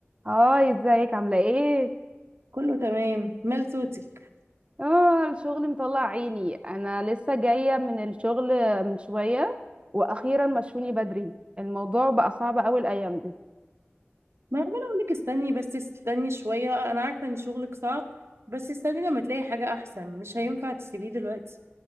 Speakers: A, on the right (about 25°); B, on the right (about 75°).
A: هاي ازيك عاملة ايه؟
B: كله تمام مال صوتك
A: اه الشغل مطلع عيني انا لسه جاية من الشغل من شوية واخيرا مشوني بدري الموضوع بقى صعب اوي الايام دي
B: ما عماله اقول لك استني بس استني شويه انا عارفه ان شغلك صعب بس استني لما تلاقي حاجه احسن مش هينفع تسيبيه دلوقتي